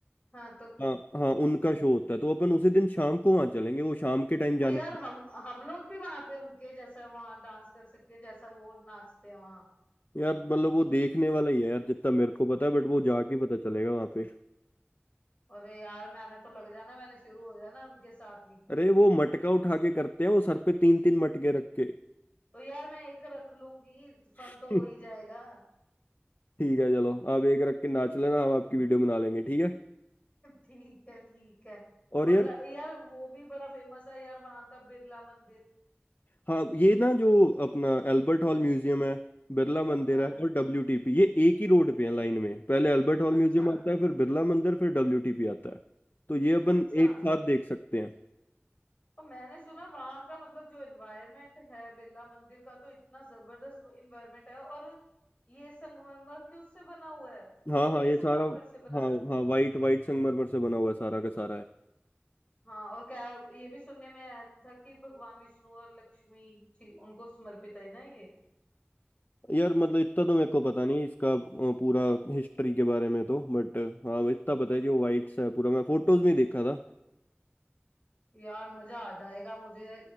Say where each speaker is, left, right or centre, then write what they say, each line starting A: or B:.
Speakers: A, on the left; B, on the left.
A: हाँ तो
B: हाँ हाँ उनका शो होता है तो अपन उसी दिन शाम को वहाँ चलेंगे वो शाम के टाइम जाने
A: ओ यार हम हम लोग भी वहां पे उनके जैसा वहां डांस कर सकते हैं जैसा वो नाचते हैं वहां
B: यार मतलब वो देखने वाला ही है यार जितना मेरे को पता है बट वो जाके पता चलेगा वहां पे
A: अरे यार मैंने तो लग जाना मैंने शुरू हो जाना उनके साथ ही
B: अरे वो मटका उठा के करते हैं वो सर पे तीन तीन मटके रख के
A: तो यार मैं एक रख लूंगी फन
B: <laughs>
A: तो हो ही जाएगा
B: ठीक है चलो आप एक रख के नाच लेना
A: <laughs>
B: हम आपकी वीडियो बना लेंगे ठीक है
A: ठीक है ठीक है
B: और
A: और
B: यार
A: ल- यार वो भी बड़ा फेमस है यार वहां का बिरला मंदिर
B: हाँ ये ना जो अपना एल्बर्ट हॉल म्यूजियम है बिरला मंदिर
A: हाँ
B: है और डब्ल्यूटीपी ये एक ही रोड पे है लाइन में पहले एल्बर्ट हॉल
A: अच्छा
B: म्यूजियम आता है फिर बिरला मंदिर फिर डब्ल्यूटीपी आता है तो ये अपन
A: अच्छा
B: एक साथ देख सकते हैं
A: और मैंने सुना वहां का मतलब जो एनवायरनमेंट है बिरला मंदिर का तो इतना जबरदस्त एनवायरनमेंट है और ये संगमरमर के उससे बना हुआ है
B: हाँ
A: सफेद
B: हाँ ये
A: संगमरमर
B: सारा
A: से बना
B: हाँ
A: रखा
B: हाँ
A: है
B: वाइट वाइट संगमरमर से बना हुआ है सारा का सारा है
A: हाँ और क्या ये भी सुनने में आया था कि भगवान विष्णु और लक्ष्मी जी उनको समर्पित है ना ये
B: यार मतलब इतना तो मेरे को पता नहीं इसका अ, पूरा हिस्ट्री के बारे में तो बट हाँ इतना पता है कि वो वाइट सा है पूरा मैं फोटोज में ही देखा था
A: यार मजा आ जाएगा मुझे